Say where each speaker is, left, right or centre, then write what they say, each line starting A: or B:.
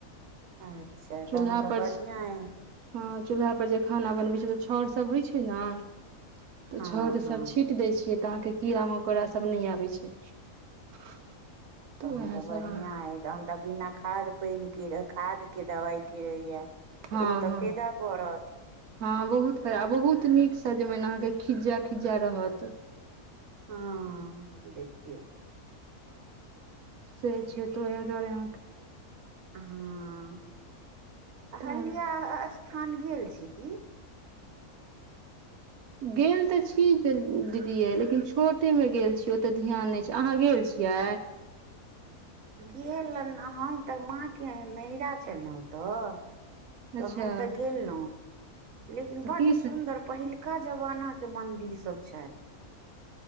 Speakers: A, on the right; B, on the right.
A: अच्छा
B: चूल्हा
A: तहन तऽ
B: पर
A: बढ़िआँ अइ
B: हँ चूल्हा पर जे खाना सब बनबै छै तऽ छाउर सभ होइ छै नऽ तऽ उ
A: हँ
B: छाउर
A: हँ
B: सब छीट दै छियै तऽ अहाँके कीड़ा मकोड़ा सब नइ आबै छै
A: तखन
B: उएह
A: तऽ बढ़िआँ
B: सब अहाँके
A: अइ तहन तऽ बिना खाद पानिे खादके दबाइके रहैए
B: हँ
A: तऽ ओ तऽ
B: हँ
A: फायदा करत
B: हँ बहुत फायदा बहुत नीक सजमनि अहाँके खिज्जा खिज्जा रहत
A: हँ देखियौ
B: से छै तऽ ओह दुआरे आहाँ कऽ
A: हँ अहिल्या
B: तऽ आब
A: स्थान गेल छी की
B: गेल तऽ छी दीदीये लेकिन छोटे मऽ गेल छीय ओते ध्यान नहि छै अहाँ गेल छी छिया
A: गेलहन हम तऽ माँ के नहिैरा छैन नऽ ओतऽ
B: अच्छा
A: तऽ हम तऽ गेलहुँ लेकिन
B: तऽ
A: बड्ड
B: की सब
A: सुन्दर पहिल पहिल्का जमाना के मंदिर सब छनि